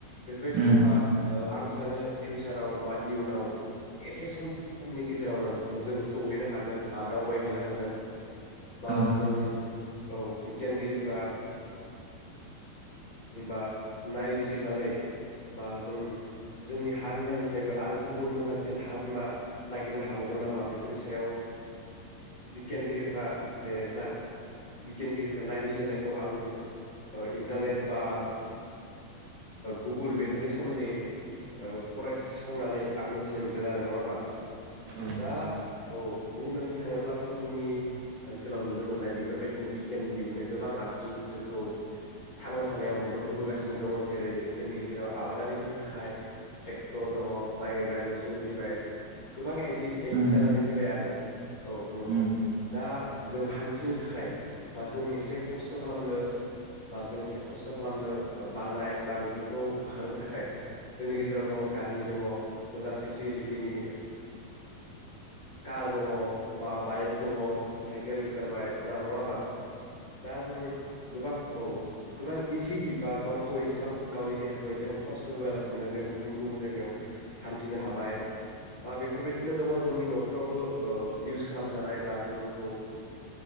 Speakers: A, on the left (about 30°); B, on the right (about 70°).
A: बेफोरबायदि
B: उम
A: समा आं। फिउचाराव बा इयुनाव एसे सम समनि गेजेरावनो मोजां सौहैनो हागोन बा दावबायहैनो हागोन बा
B: औ
A: जों औ बिगियानगिरिफोरा जेनेबा नायबिजिरनानै बा जों। जोंनि हा बिमानिफ्रायबो आरो गुबुन मोजांसिन हा बिमा नागिरनो हाबावगोन नामा बेफोरनि सायाव बिगियानगिरिफोरा जे जा बिगियानगिरिफोरा नायबिजिरनायखौ आं इन्टारनेट बा गुगोल बेफोरनि सोमोन्दै। फरायसंनानै आं मोन्थिनो मोन्दों आरो नङा होमबा।
B: उम औ
A: दा औ। बुंनोनो थाङोब्लाथ जोंनि ओनसोलाव नुनो मोननाय बेफोरबायदिनो बिगियाननि दिहुननाय गोबां आगजु जोंखौ थांना थानायाव। मदद होबोगासिनो दङ जेरै जोंनि। जेराव आबादारिफोरनि थाखाय। ट्रेक्टर दङ माइ गायग्रा मेसिन फैबाय। गोबां इजि
B: उम
A: इजि जानानै फैबाय आरो। औ नंगौ
B: उम
A: दा। जों हान्थिनो थाखाय बा जों एसे खस्थ खालामनो बा जों एसे खस्थ खालामनो बानाय बा बेफोरखौ होखारनो थाखाय जोंनि गेजेराव। जे जेराव दङ गारि दङ मोजां फेसिलिटिनि कार दङ बा बाइक दङ। साइकेल ओंखारबाय ना नङा होमबा। दा जों गोबां औ गोबां इजिलि बा गावखौ एसेबां गावनि देहाखौ एसेबां खस्थ होआलासिनो जों। गुबुन गुबुन जायगायाव हान्थिनो हाबाय। बा बेफोरबायदिनो। दङ जोंनि नफोरावबो इउस खालाम जानाय बा जोंखौ